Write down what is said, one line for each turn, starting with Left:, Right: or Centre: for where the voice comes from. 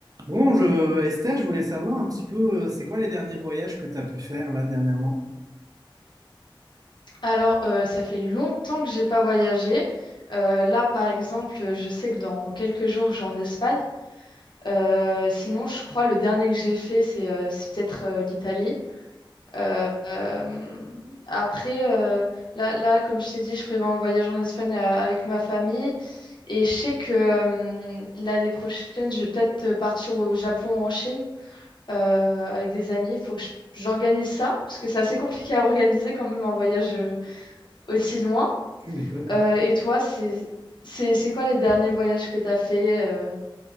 Right: Bon, je, Esther, je voulais savoir un petit peu, euh, c'est quoi les derniers voyages que tu as pu faire là dernièrement?
Left: Alors, euh, ça fait longtemps que j'ai pas voyagé. Euh, là, par exemple, je sais que dans quelques jours, je vais en Espagne. Euh, sinon, je crois le dernier que j'ai fait, c'est euh, c'est peut-être euh, l'Italie. Euh, euh, après, euh, là, là, comme je t'ai dit, je prévois un voyage en Espagne euh, avec ma famille. Et je sais que euh, l'année prochaine, je vais peut-être euh, partir au Japon, en Chine, euh, avec des amis. Il faut que je- j'organise ça, parce que c'est assez compliqué à organiser quand même un voyage euh, aussi loin.
Right: Tu m'étonnes.
Left: Euh, et toi, c'est c'est c'est quoi les derniers voyages que t'as fait euh,